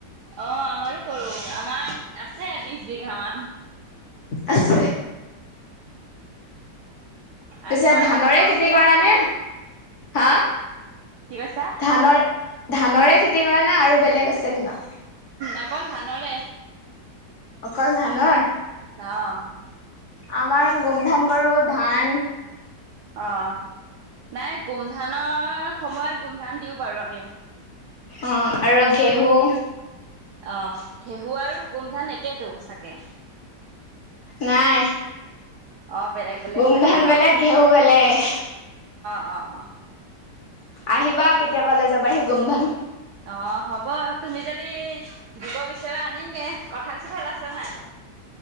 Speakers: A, on the right; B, on the left.
A: অহ আমাৰো কৰো, আমাৰ আছে বিছ বিঘামান।
B: আছে। পিছে
A: আহিবা
B: ধানৰে
A: নহ'লে কম
B: খেতি
A: দিয়া
B: কৰা নে হা?
A: কি কৈছা
B: ধানৰ ধানৰে খেতি কৰা নে আৰু বেলেগ আছে কিবা?
A: অকল ধানৰে।
B: অকল ধানৰ?
A: অহ।
B: আমাৰ গোমধান কৰো, ধান
A: অহ, নাই গোমধানৰ সময়ত গোমধান দিও বাৰু আমিও।
B: অহ আৰু ঘেহুঁ,
A: অহ ঘেহুঁ আৰু গোমধান একেহেনো চাগে।
B: নাই।
A: অ', বেলেগ বেলেগ
B: গোমধান
A: চাগে
B: বেলেগ,
A: অ',
B: ঘেহুঁ বেলেগ।
A: অহ
B: আহিবা কেতিয়াবা লৈ যাবা সি গোমধান।
A: অহ হ'ব, তুমি যদি দিব বিচৰা আনিমগে। কঁঠাল চঠাল আছে নাই